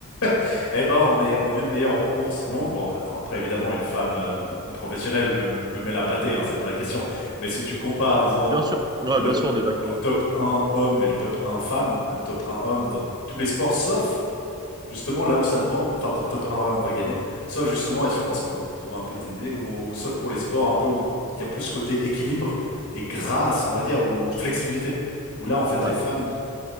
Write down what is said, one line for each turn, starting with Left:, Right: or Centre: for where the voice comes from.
Left: <laughs> Eh ben on est, on est même meilleur en course longue. Bon, attends, après évidemment une femme, euh, une professionnelle me, me met la pâtée, hein, c'est pas la question. Mais si tu compares, disons
Right: Bien sûr. Ouais,
Left: le,
Right: bien sûr, on est d'accord.
Left: le top 1 homme et le top 1 femme, le top 1 homme dans tous les sports sauf Justement, là où ça demande, enfin top, top un homme va gagner, sauf justement, et je pense qu'on retrouve un peu tes idées, où on- sauf pour les sports un peu où il y a plus ce côté équilibre et grâce, on va dire, ou flexibilité, où là, en fait,
Right: hein.
Left: les femmes,
Right: Ouais.